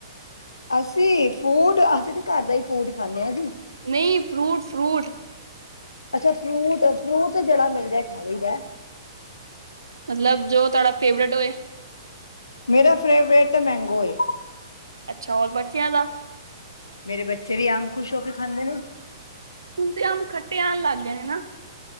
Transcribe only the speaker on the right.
ਨਹੀਂ ਫਰੂਟ, ਫਰੂਟ।
ਮਤਲਬ ਜੋ ਤੁਹਾਡਾ ਫੇਵਰੇਟ ਹੋਏ।
ਅੱਛਾ ਹੋਰ ਬੱਚਿਆਂ ਦਾ,
ਹੁਣ ਤੇ ਆਮ ਖੱਟੇ ਆਉਣ ਲੱਗ ਗਏ ਨਾ,